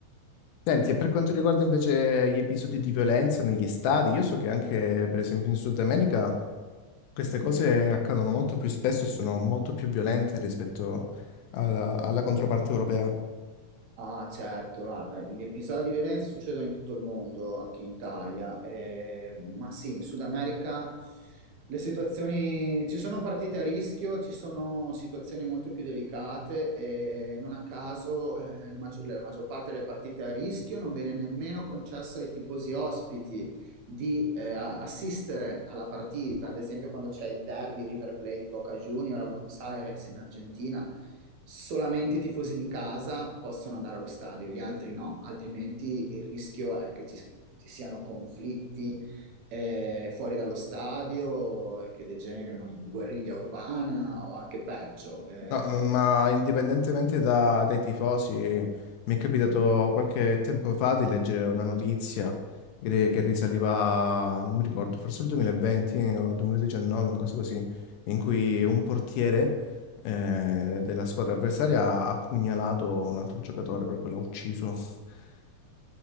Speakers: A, on the left; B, on the right.
A: Senti, e per quanto riguarda invece gli episodi di violenza negli stadi, io so che anche, per esempio, in Sud America queste cose accadono molto più spesso e sono molto più violente rispetto alla, alla controparte europea.
B: Ah, certo, guarda, gli episodi di violenza succedono in tutto il mondo, anche in Italia, eh, ma sì, in Sud America le situazioni ci sono partite a rischio, ci sono situazioni molto più delicate e non a caso eh, la maggior, la maggior parte delle partite a rischio non viene nemmeno concesso ai tifosi ospiti di eh, a- assistere alla partita, ad esempio quando c'è il derby River Plate Boca Junior a Buenos Aires in Argentina, solamente i tifosi di casa possono andare allo stadio, gli altri no, altrimenti il rischio è che ci, ci siano conflitti eh, fuori dallo stadio e che degenerino in guerriglia urbana o anche peggio. Eh,
A: No, ma indipendentemente da- dai tifosi, mi è capitato qualche tempo fa di leggere una notizia che, che risaliva, non mi ricordo, forse il 2020 o 2019, una cosa così, in cui un portiere eh, della squadra avversaria ha pugnalato un altro giocatore, proprio l'ha ucciso. <laughs>